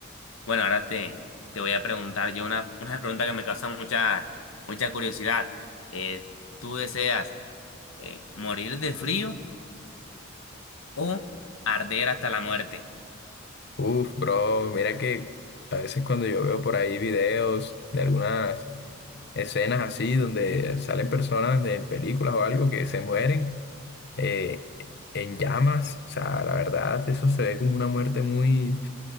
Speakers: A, on the left; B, on the left.
A: Bueno, ahora te, te voy a preguntar yo una, <laughs> una pregunta que me causa mucha, mucha curiosidad. Eh, ¿tú deseas eh, morir de frío o arder hasta la muerte?
B: Uf, bro, mira que a veces cuando yo veo por ahí videos de algunas escenas así donde salen personas de películas o algo que se mueren eh, en llamas, o sea, la verdad, eso se ve como una muerte muy